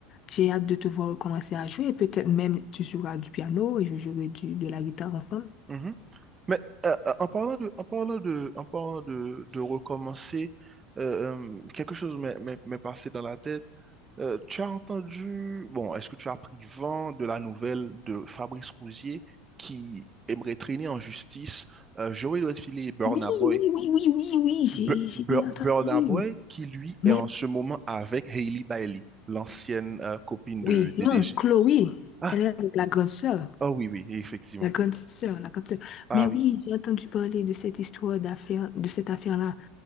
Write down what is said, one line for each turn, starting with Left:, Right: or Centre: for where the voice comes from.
Left: j'ai hâte de te voir recommencer à jouer. Peut-être même tu joueras du piano et je jouerai du, de la guitare ensemble.
Right: mhm. Mais euh, euh, en parlant de, en parlant de, en parlant de, de recommencer, euh, euh, quelque chose m'est m'est- m'est passé dans la tête. Euh, tu as entendu, bon, est-ce que tu as pris vent de la nouvelle de Fabrice Rougier qui aimerait traîner en justice euh, Joey Redfield et Burna
Left: Oui,
Right: Boy?
Left: oui, oui, oui, oui,
Right: Bu-
Left: oui, j'ai
Right: Bu-
Left: j'ai entendu.
Right: Burna Boy qui, lui,
Left: mais
Right: est en ce moment avec Hailey Bailey, l'ancienne euh, copine
Left: Oui,
Right: de DDG.
Left: non, Chloé,
Right: Ah,
Left: elle est la grande sœur.
Right: ah oui, oui, effectivement.
Left: La grande sœur, la grande sœur.
Right: Ah
Left: Mais oui,
Right: oui.
Left: j'ai entendu parler de cette histoire d'affaire, de cette affaire-là.